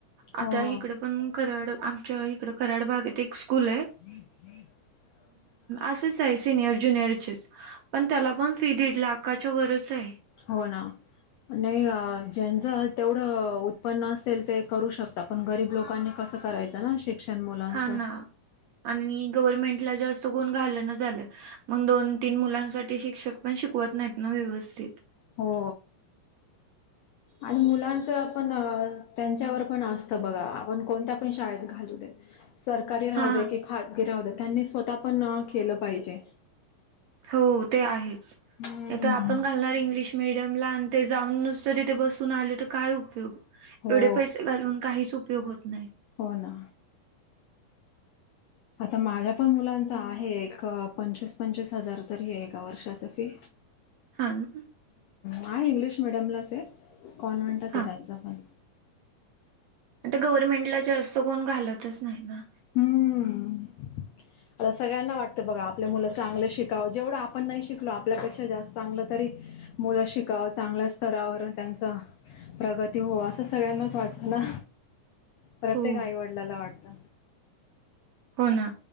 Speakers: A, on the right (about 75°); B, on the left (about 85°).
A: आता
B: हो
A: ईकड पण कराड इकडं कराड भागात एक स्कूल
B: <inaudible>
A: असेच आहे सिनियर ज्युनियरचेच पण त्याला पण फी दीड लाखाच्या वरच आहे.
B: हो ना. नाही ज्यांच तेवढं उत्पन्न असेल ते करू शकता पण गरीब लोकांनी कस करायचं ना. शिक्षण मुलांचं.
A: हा ना आणि गव्हर्मेंटला जास्त चुकून घालन झालं मग दोन तीन मुलांसाठी शिक्षक पण शिकवत नाहीत ना व्यवस्थित
B: हो. आणि मुलांच आपण त्यांच्यावर पण असत बघा आपण कोणत्या पण शाळेत घालू दे, सरकारी राहू
A: हा
B: दे की खाजगी राहू दे. त्यांनी स्वतः पण ना केलं पाहिजे.
A: हो ते आहेच
B: हम्म.
A: आपण घालणार इंग्लिश मीडियम ला ते जाऊन नुसत तिथे बसून आले तर काय उपयोग
B: हो
A: एवढे पैसे घालून काहीच उपयोग होत नाही.
B: हो ना. आता माझ्या पण मुलांचा आहे एक पंचवीस पंचवीस हजार तरी आहे एका वर्षाच फी.
A: हा ना.
B: हा इंग्लिश मिडीयमलाच आहे कॉन्व्हेंटच
A: हा.
B: आहे त्यांचां पण
A: आता गव्हर्नमेंटला जास्त कोण घालतच नाही ना.
B: हम्म आता सगळ्यांना वाटतं बघा आपले मुलं चांगलं शिकावं, जेवढं आपण नाही शिकलो आपल्यापेक्षा जास्त चांगलं तरी मुलं शिकावं चांगल्या स्तरावर त्यांचं प्रगती होवो असं सगळ्यांनाच वाटत ना. प्रत्येक
A: हो
B: आईवडिलाला वाटतं.
A: हो ना,